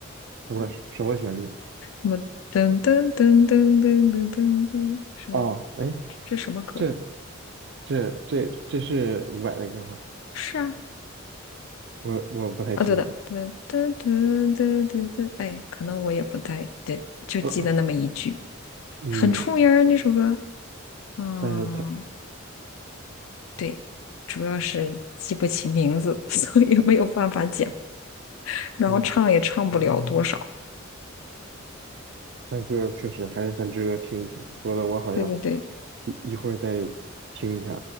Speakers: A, on the right; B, on the left.
A: 什么什么旋律？
B: 什么噔噔噔噔噔噔噔噔，什么
A: 哦，哎，
B: 这这什么歌儿
A: 这这这这是伍佰的歌吗？
B: 是啊，
A: 我我不太清楚，
B: 啊对的，噔噔噔噔噔噔，哎，可能我也不太对，就记得那么一句，
A: <clears throat> 嗯，
B: 很出名儿那首歌，嗯。
A: 但是他
B: 对，主要是记不起名字，<laughs> 所以没有办法讲，然后唱也唱不了多少。
A: 嗯，他歌确实还是很值得听一听，说的我好像
B: 对对对，
A: 一一会儿再听一下，